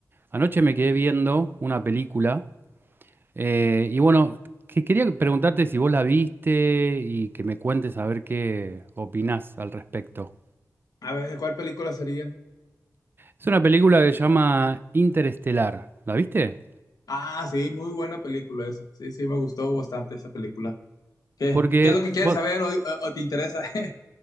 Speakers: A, on the right (about 35°); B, on the left (about 80°).
A: anoche me quedé viendo una película eh, y bueno, que quería preguntarte si vos la viste y que me cuentes a ver qué opinás al respecto.
B: A ver, ¿cuál película sería?
A: Es una película que se llama Interestelar. ¿La viste?
B: Ah, sí, muy buena película esa. Sí, sí, me gustó bastante esa película. ¿Qué,
A: Porque
B: qué es lo que quieres
A: vos,
B: saber o, o- o te interesa? <laughs>